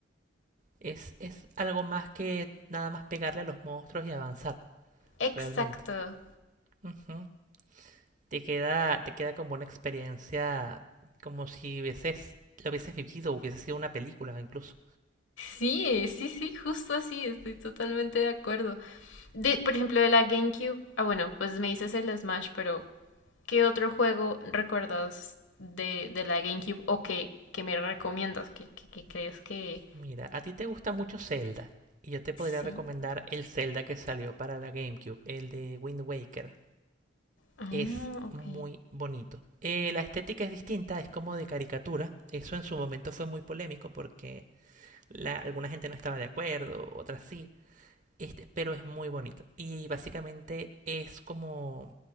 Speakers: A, on the right; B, on the left.
A: es, es algo más que nada más pegarle a los monstruos y avanzar.
B: Exacto.
A: realmente. Ujú. Te queda, te queda como una experiencia, como si hubieses, lo hubieses vivido, hubiese sido una película incluso.
B: Sí, sí, sí, justo así, estoy totalmente de acuerdo. De, por ejemplo, de la GameCube, ah, bueno, pues me dices el Smash, pero ¿qué otro juego recuerdas de, de la GameCube o que, que me recomiendas? ¿Que, que, que crees que
A: Mira, a ti te gusta mucho Zelda, y yo te podría
B: sí?
A: recomendar el Zelda que salió para la GameCube, el de Wind Waker.
B: Ah,
A: Es
B: ok.
A: muy bonito. Eh, la estética es distinta, es como de caricatura. Eso en su momento fue muy polémico porque la- alguna gente no estaba de acuerdo, otras sí. Este, pero es muy bonito. Y básicamente es como